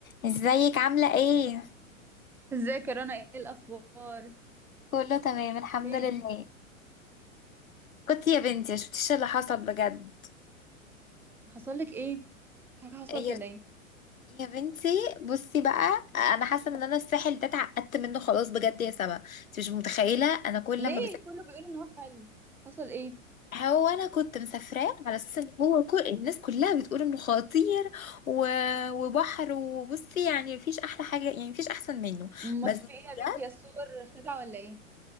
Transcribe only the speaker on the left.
ازيك عاملة ايه؟
كله تمام الحمد
لله كنت يا بنتي ما شفتيش اللي حصل بجد
يا
يا بنتي بصي بقى انا حاسة ان انا الساحل ده اتعقدت منه خلاص بجد يا سما انت مش متخيلة انا كل
لما بسافر
هو انا كنت مسافراه على اساس ان هو كل الناس كلها بتقول انه خطير و... وبحر وبصي يعني مفيش احلى حاجة يعني مفيش احسن منه
بس
بجد